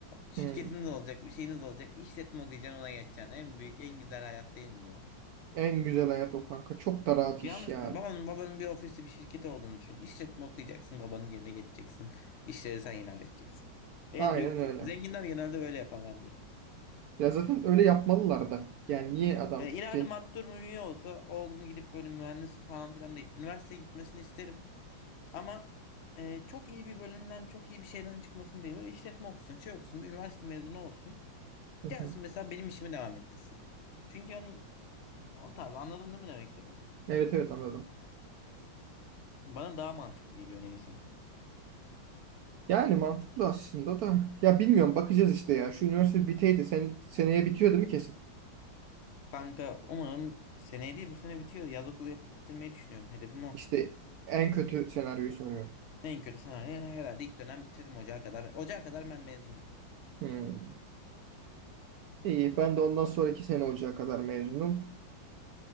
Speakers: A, on the left (about 85°); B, on the right (about 80°).
A: Şirketiniz
B: Hmm.
A: olacak, bir şeyiniz olacak. İşletme okuyacaksın ona geçeceksin. En büyük, en güzel hayat değil mi bu?
B: En güzel hayat o kanka. Çok da rahat
A: Yanlış
B: iş ya.
A: mı? Babanın, babanın bir ofisi, bir şirketi olduğunu düşün. İşletme okuyacaksın, babanın yerine geçeceksin. İşleri sen ilerleteceksin. E,
B: Aynen
A: yok,
B: öyle.
A: zenginler genelde böyle yapar bence.
B: Ya zaten öyle yapmalılar da. Yani niye adam
A: Yani ileride
B: zengin?
A: master üye olsa oğlumu gidip böyle mühendis falan filan değil. Üniversiteye gitmesini isterim. Ama e, çok iyi bir bölümden çok iyi bir şeyden çıkmasını değil. Öyle işletme okusun şey okusun bir üniversite mezunu olsun.
B: Hı
A: Gelsin
B: hı.
A: mesela benim işimi devam ettirsin. Çünkü hani o tarz anladın değil mi demek istediğimi?
B: Evet evet anladım.
A: Bana daha mantıklı geliyor neyse.
B: Yani mantıklı aslında da. Ya bilmiyorum bakacağız işte ya. Şu üniversite biteydi. Sen, seneye bitiyor değil mi kesin?
A: Kanka umarım seneye değil bu sene bitiyor. Yaz okulu yapıp bitirmeyi düşünüyorum. Hedefim o.
B: İşte en kötü senaryoyu soruyorum.
A: En kötü senaryo herhalde ilk dönem bitiririm ocağa kadar. Ocağa kadar ben mezunum.
B: Hmm. İyi ben de ondan sonraki sene olacağı kadar mezunum.